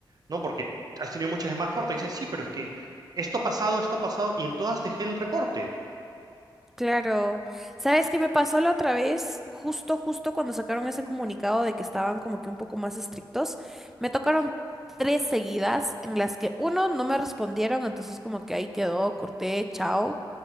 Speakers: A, on the right (about 50°); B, in the centre.
A: no, porque has tenido muchas llamadas cortas. Dicen, sí, pero es que esto ha pasado, esto ha pasado, y en todas dejé el reporte.
B: claro. ¿Sabes qué me pasó la otra vez? Justo, justo cuando sacaron ese comunicado de que estaban como que un poco más estrictos, me tocaron tres seguidas en las que uno no me respondieron, entonces como que ahí quedó, corté, chao.